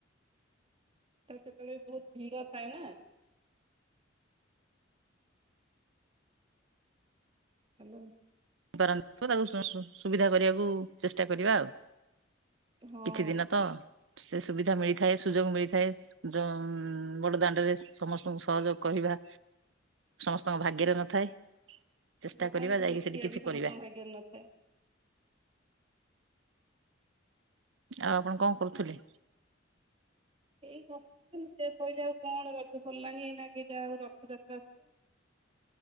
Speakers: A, on the right; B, on the right.
A: ତ ସେତେବେଳେ ବି ବହୁତ ଭିଡ ଥାଏ ନା। ହ୍ୟାଲୋ।
B: <unintelligible> ସୁବିଧା କରିବାକୁ ଚେଷ୍ଟା କରିବା ଆଉ।
A: ହଁ
B: କିଛି ଦିନ ତ। ସେ ସୁବିଧା ମିଳିଥାଏ ସୁଯୋଗ ମିଳିଥାଏ ଯ ବଡ ଦାଣ୍ଡରେ ସମସ୍ତଙ୍କୁ ସହଯୋଗ କରିବା। ସମସ୍ତଙ୍କ ଭାଗ୍ୟରେ ନଥାଏ। ଚେଷ୍ଟା
A: ଭଗବାନଙ୍କୁ
B: କରିବା ଯାଇକି
A: ଦେଖିବା
B: ସେଠି କିଛି
A: ବି ସମସ୍ତଙ୍କ
B: କରିବା
A: ଭାଗ୍ୟରେ ନଥାଏ।
B: ଆଉ ଆପଣ କଣ କରୁଥିଲେ।
A: ଏଇ ବସିଥିଲି ସେ କହିଲେ ଆଉ କଣ ରଜ ସରିଲାଣି ଏଇନା କେଟା ଆଉ ରଥଯାତ୍ରା ଆସିବ।